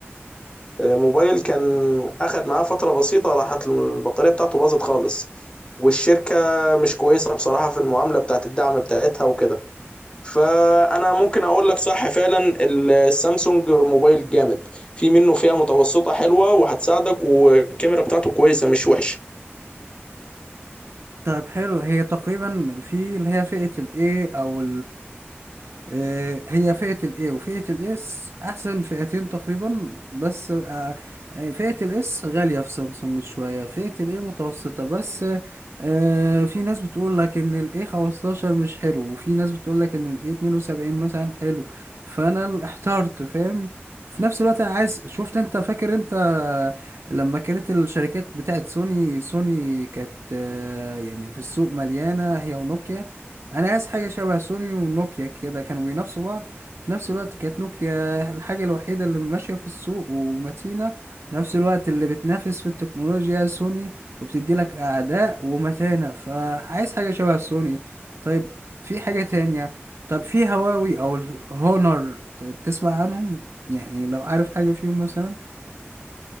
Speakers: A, on the left; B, on the right.
A: آه، موبايل كان أخد معاه فترة بسيطة راحت البطارية بتاعته باظت خالص والشركة مش كويسة بصراحة في المعاملة بتاعت الدعم بتاعتها وكده فانا ممكن اقول لك صح فعلا ال- السامسونج موبايل جامد في منه فئة متوسطة حلوة وهتساعدك والكاميرا بتاعته كويسة مش وحشة
B: طيب حلو هي تقريبا في اللي هي فئة ال A أو آه، هي فئة الاي وفئة الاس احسن فئتين تقريبا بس آه، آه، فئة الاس غالية في سامسونج شوية فئة الاي متوسطة بس آه، في ناس بتقول لك ان الاي 15 مش حلو وفي ناس بتقول لك ان الاي 72 مثلا حلو فانا ال- <laughs> احترت فاهم في نفس الوقت انا عايز شفت انت فاكر انت لما كانت الشركات بتاعت سوني سوني كانت آه، يعني في السوق مليانة هي ونوكيا انا عايز حاجه شبه سوني ونوكيا كده كانوا بينافسوا بعض في نفس الوقت كانت نوكيا الحاجه الوحيده اللي ماشيه في السوق ومتينه في نفس الوقت اللي بتنافس في التكنولوجيا سوني وبتدي لك اعداء ومتانه فعايز حاجه شبه سوني طيب في حاجه تانية طب في هواوي او الهونر ت- تسمع عنهم يعني لو عارف حاجه فيهم مثلا